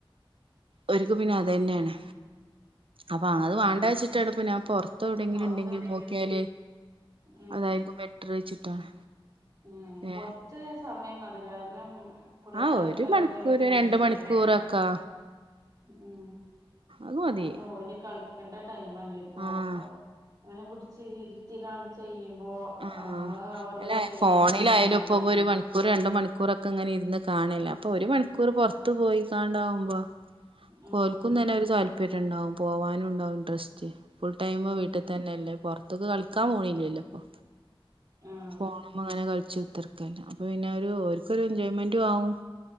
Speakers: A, on the right; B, on the right.
A: ഒര്ക്ക് പിന്നെ അതന്നാണ് അപ്പൊ
B: ആഹ്
A: അത് വാണ്ടാച്ചിട്ടാണ് ഇപ്പ ഞാൻ പൊറത്ത് എവിടെങ്കിലും
B: പൊറത്ത്
A: ഇണ്ടെങ്കില്
B: എവിടെയെങ്കിലും
A: നോക്കിയാല്
B: ഉണ്ടെ ഉം
A: അതായിരിക്കും ബെറ്റർ വെച്ചിട്ടാണ്
B: ഉം കൊറച്ച്
A: ഏഹ്
B: സമയം അത് കാരണം കൊറെ
A: ആഹ്
B: ടൈം
A: ഒരു
B: ഉണ്ടായ
A: മണിക്കൂർ
B: കുട്ടി കൾക്ക് ദേഷ്യം
A: രണ്ട് മണിക്കൂറൊക്കാ
B: ഉം
A: അത് മതി
B: എന്നെ ഓന്റെ കളി ക്കണ്ട ടൈമല്ലേ ഇപ്പൊ
A: ആഹ്
B: അപ്പൊ അങ്ങനെ പിടിച്ച് ഇരുത്തികാണ്ട് ചെയ്യും
A: ആഹ്
B: നമ്മള് അവരോട്
A: അല്ല
B: ചെയ്യണ
A: ഫോണിലായാലും
B: ദ്രോഹല്ലേ
A: ഇപ്പോ
B: അത്
A: ഒരു മണിക്കൂർ രണ്ടു മണിക്കൂർൊക്കെ ഇങ്ങനെ ഇന്ന് കാണല അപ്പൊ ഒരു മണിക്കൂർ പുൊറത്ത്ു പോയിക്കാണ്ടാവുമ്പോ
B: ഉം
A: കോൽക്കന്ന് തന്നെ ഒരു താല്പര്യം ഉണ്ടാവും പോവാനുംണ്ടാവും ഇൻട്രസ്റ്റ് ഫുൾ ടൈമ
B: ഉം
A: വീട്ടിൽ തന്നെല്ലേ പുൊറത്തേക്ക് കളിക്കാൻ പോണല്ലല്ലോ ഇപ്പൊ
B: ആഹ്
A: പോോണ അങ്ങനെ കളിച്ചു <unintelligible> ഉത്തർക്കല്ല അപ്പൊ പിന്നെ ക്ക എൻജോയ്മെന്റ ആവുംും